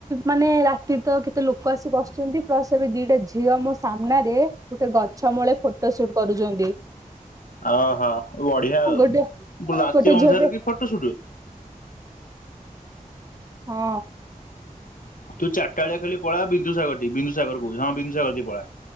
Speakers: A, on the right; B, on the left.
A: ମାନେ ରାତି ତ କେତେ ଲୋକ ଆସିି ବସିଛନ୍ତି। ପ୍ଲସ ଏବେ ଦିଟା ଝିଅ ମୋ ସାମ୍ନାରେ ଗୋଟେ ଗଛ ମୂଳେ ଫଟୋ ସୁଟ କରୁଛନ୍ତି
B: ଓହୋ ବଢିଆ ଆଉ
A: ଗୋଟେ
B: ରାତି
A: ଗୋଟେ
B: ଅନ୍ଧାରରେ
A: ଝିଅଟେ
B: କି ଫଟୋ ସୁଟ।
A: ହଁ,
B: ତୁ ଚାରିଟାବେଳିଆ ଖାଲି ପଳା ବିନ୍ଦୁସାଗର ଟି ବିନ୍ଦୁସାଗରକୁ। ହଁ ବିନ୍ଦୁ ସାଗର ଠିକି ପଳା